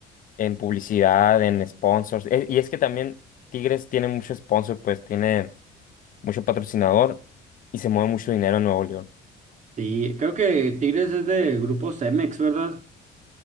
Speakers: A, on the left; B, on the right.
A: en publicidad, en sponsors. E- y es que también Tigres tiene mucho sponsor, pues tiene mucho patrocinador y se mueve mucho dinero en Nuevo León.
B: Sí, creo que Tigres es de grupo Cemex, ¿verdad?